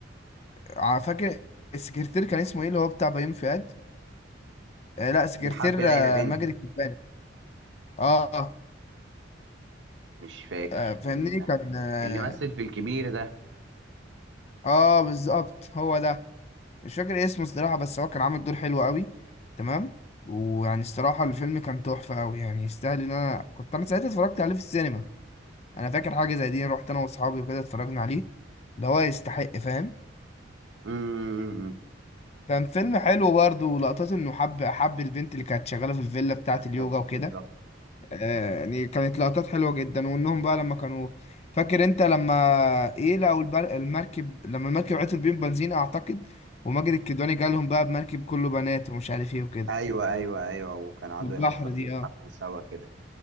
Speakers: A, on the left (about 35°); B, on the right (about 70°).
A: آه، فاكر السكرتير كان اسمه ايه اللي هو بتاع بيومي فؤاد آه لا سكرتير
B: اللي حب ليلى
A: آه،
B: بنته
A: ماجد الكدواني اه
B: مش فاكر
A: آه، فاهمني
B: يعني
A: كان اه
B: اللي مثل في الكبير ده
A: آه، بالظبط هو ده مش فاكر اسمه الصراحة بس هو كان عامل دور حلو قوي تمام ويعني الصراحة الفيلم كان تحفة قوي يعني يستاهل ان انا كنت انا ساعتها اتفرجت عليه في السينما انا فاكر حاجة زي دي رحت انا واصحابي وكده اتفرجنا عليه ده هو يستحق فاهم
B: مم،
A: كان فيلم حلو برضه ولقطات انه حب حب البنت اللي كانت شغاله في الفيلا بتاعه
B: بالظبط
A: اليوجا وكده
B: بالظبط
A: آه، يعني كانت لقطات حلوه جدا وانهم بقى لما كانوا فاكر انت لما ايه لقوا البر- المركب لما المركب عطل بيهم بنزين اعتقد وماجد الكدواني جالهم بقى بمركب كله بنات ومش عارف ايه وكده
B: ايوه ايوه ايوه وكان قعدوا
A: والبحر
B: يهزروا
A: دي
B: ويضحكوا
A: اه
B: سوا كده